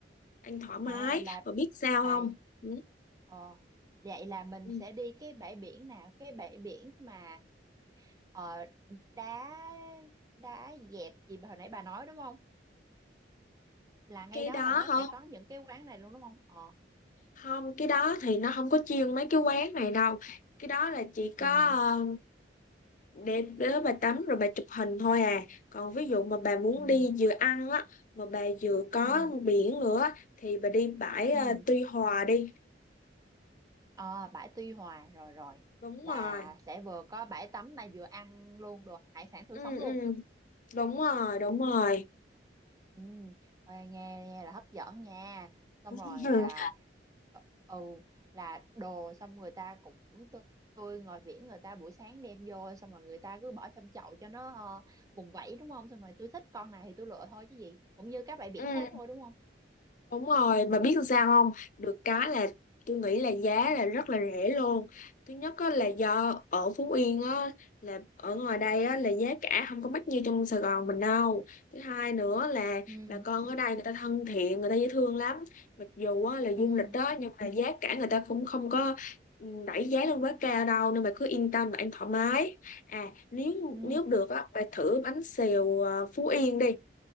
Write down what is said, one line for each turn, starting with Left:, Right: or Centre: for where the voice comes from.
Left: ăn thoải mái
Right: à là
Left: bà biết sao
Right: là
Left: không ừ.
Right: ờ vậy là mình
Left: Ừ.
Right: sẽ đi cái bãi biển nào cái bãi biển mà ờ, đá đá dẹp gì mà hồi nãy bà nói đúng không là ngay
Left: cái
Right: đó
Left: đó
Right: là nó
Left: hả
Right: sẽ có những cái quán này luôn đúng không ờ
Left: không cái đó thì nó không có chuyên mấy cái quán này đâu cái đó là chỉ có
Right: ừ
Left: ờ, để đó bà tắm rồi bà chụp hình thôi à còn ví dụ mà bà muốn
Right: ừ
Left: đi vừa ăn á mà bà vừa có
Right: ừ
Left: biển nữa á, thì bà đi bãi
Right: ừ
Left: à, Tuy Hòa đi
Right: ờ bãi Tuy Hòa rồi rồi
Left: đúng
Right: là
Left: rồi
Right: sẽ vừa có bãi tắm mà vừa ăn luôn đồ hải sản tươi
Left: ừ
Right: sống
Left: ừ
Right: luôn
Left: đúng rồi đúng rồi
Right: Ừ, nghe nghe nghe là hấp dẫn nha. Xong
Left: <laughs>
Right: rồi à ờ, ừ là đồ xong người ta cũng tươi, tươi ngoài biển người ta buổi sáng đem vô xong rồi người ta cứ bỏ trong chậu cho nó ờ, vùng vẫy đúng không? Xong rồi tôi thích con này thì tôi lựa thôi chứ gì. Cũng như các bãi biển
Left: ừ.
Right: khác thôi đúng không?
Left: Đúng rồi,
Right: Ừ.
Left: mà biết làm sao không? Được cái là tôi nghĩ là giá là rất là rẻ luôn. Thứ nhất á, là do ở Phú Yên á, là ở ngoài đây á, là giá cả không có mắc như trong Sài Gòn mình đâu. Thứ hai nữa là
Right: Ừ.
Left: bà con ở đây người ta thân thiện, người ta dễ thương lắm. Mặc dù á, là du
Right: Ừ.
Left: lịch đó nhưng mà giá cả người ta cũng không có ừ, đẩy giá lên quá cao đâu nên bà cứ yên tâm và ăn thoải mái. À nếu
Right: Ừ.
Left: nếu được á, bà thử bánh xèo ờ, Phú Yên đi